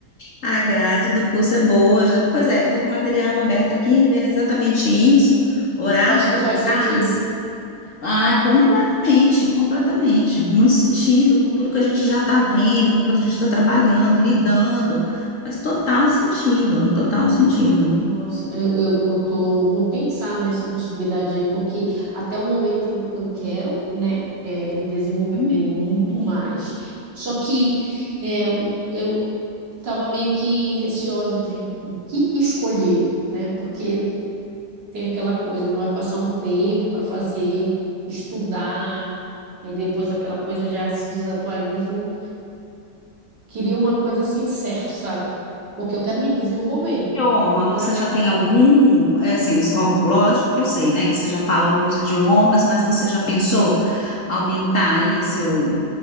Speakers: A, on the left (about 50°); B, on the right (about 65°).
A: A grade do curso é boa, já, pois é, estou com o material aberto aqui, vendo exatamente isso, horários,
B: Tu acha que faz
A: locais.
B: sentido?
A: Ah, completamente, completamente. Muito sentido com tudo que a gente já está vendo, com tudo que a gente está trabalhando, lidando. Mas total sentido, total sentido.
B: Nossa, eu, eu, eu tô, vou pensar nessa possibilidade aí, porque até o momento eu eu quero, né, é, me desenvolver
A: Hum.
B: muito mais. Só que é, eu, tava meio que receosa de o que escolher, né? Porque tem aquela coisa, não vai passar um tempo para fazer, estudar, aí depois aquela coisa já se desatualiza. Eu não queria uma coisa assim certa, sabe? Porque eu quero me desenvolver,
A: Idioma,
B: quero melhorar
A: você
B: minha
A: já
B: carreira.
A: tem algum, é, assim, ó, lógico que eu sei, né, que você já fala alguns idiomas, mas você já pensou aumentar aí seu,